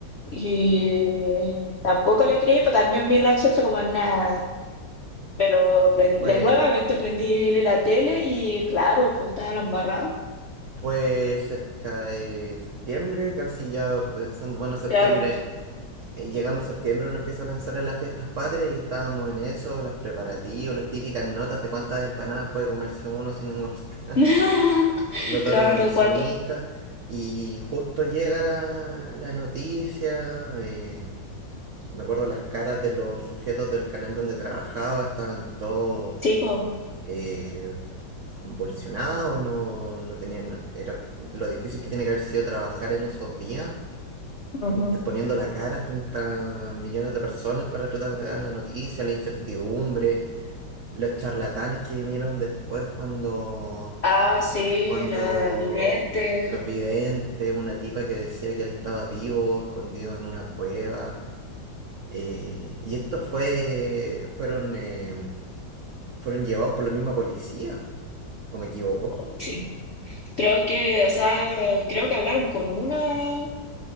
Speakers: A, on the left; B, on the right.
A: Y tampoco le creí, pero también mi reacción fue como nada. Pero prend-
B: Fue,
A: de nuevamente prendí la tele y claro, pues estaba en la embarrada.
B: fue cerca de septiembre, casi ya pensando, bueno, septiembre.
A: Claro,
B: eh, Llegando a septiembre uno empieza a pensar en las fiestas patrias y estábamos en eso, los preparativos, las típicas notas de cuántas empanadas puede comerse uno sin engordar,
A: <laughs>
B: <laughs> los datos
A: claro,
B: de nutricionista
A: cuánto.
B: y justo llega la, la noticia, eh, me acuerdo las caras de los sujetos del canal donde trabajaba, estaban todos
A: Sí, pues.
B: eh, convulsionados, no, no tenían, era lo difícil que tiene que haber sido trabajar en esos días
A: ujú.
B: int- poniendo la cara frente a millones de personas para tratar de dar la noticia, la incertidumbre, los charlatanes que vinieron después cuando,
A: Ah, sí,
B: cuando
A: la vidente.
B: los videntes, una tipa que decía que él estaba vivo, escondido en una cueva. eh, y estos fue, fueron, eh, fueron llevados por la misma policía, ¿o me equivoco?
A: Oh, sí. Creo que, o sea, creo que hablaron con una